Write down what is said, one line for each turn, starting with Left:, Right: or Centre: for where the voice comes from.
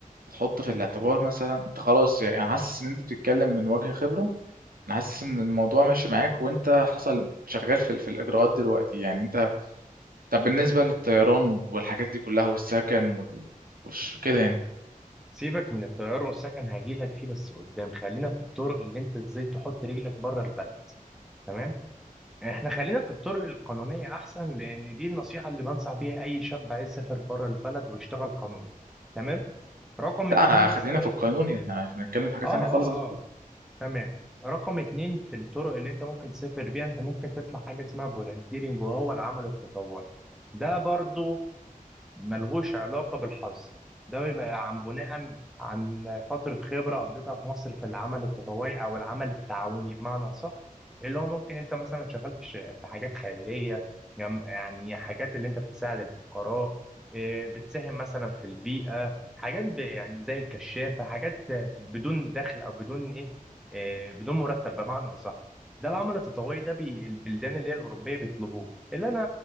Right: بتحط في الاعتبار مثلا انت خلاص يعني انا حاسس ان انت بتتكلم من وجه خبره انا حاسس ان الموضوع ماشي معاك وانت حصل شغال في ال- في الاجراءات دلوقتي يعني انت طب بالنسبه للطيران وال- والحاجات دي كلها والسكن وال... وال- وش كده يعني
Centre: سيبك من الطيارة والسكن هجيلك فيه بس قدام خلينا في الطرق اللي انت ازاي تحط رجلك بره البلد تمام يعني احنا خلينا في الطرق القانونية احسن لان دي النصيحة اللي بنصح بيها اي شاب عايز يسافر بره البلد ويشتغل قانوني تمام رقم
Right: لا
Centre: اتنين
Right: انا خلينا
Centre: مثلا
Right: في القانون يعني احنا مش بنتكلم في حاجه
Centre: اه
Right: تانية خالص
Centre: اه
Right: غير كده
Centre: آه. تمام رقم اتنين في الطرق اللي انت ممكن تسافر بيها انت ممكن تطلع حاجة اسمها فولنتيرنج وهو العمل التطوعي ده برضو ملهوش علاقة بالحظ ده بيبقى عن بناء عن فترة خبرة قضيتها في مصر في العمل التطوعي أو العمل التعاوني بمعنى صح اللي هو ممكن أنت مثلا شغال في ش- في حاجات خيرية جم- يعني حاجات اللي أنت بتساعد الفقراء إيه، بتساهم مثلا في البيئة حاجات ب- يعني زي الكشافة حاجات بدون دخل أو بدون إيه إيه، بدون مرتب بمعنى أصح ده العمل التطوعي ده بي- البلدان اللي هي الأوروبية بيطلبوه اللي أنا